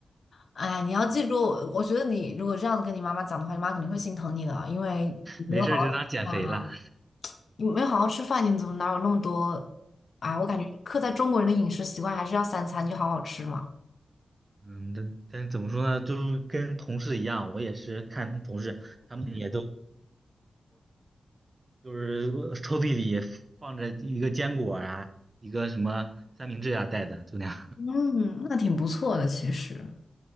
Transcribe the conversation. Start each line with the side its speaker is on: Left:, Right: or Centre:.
Left: 哎，
Right: <laughs>
Left: 你要记住，
Right: 对，
Left: 我觉得你如果这样子跟你妈妈讲的话，你妈肯定会心疼你的，因为你没有好好吃饭啊
Right: 没事儿就当减肥了。
Left: 你没有好好吃饭，你怎么哪有那么多啊？我感觉刻在中国人的饮食习惯还是要三餐就好好吃嘛。
Right: 嗯，但但怎么说呢，就是跟同事一样，我也是看同事，他们也都就是抽屉里放着一个坚果啊，一个什么三明治啊带的，就那样。
Left: 嗯，那挺不错的，其实。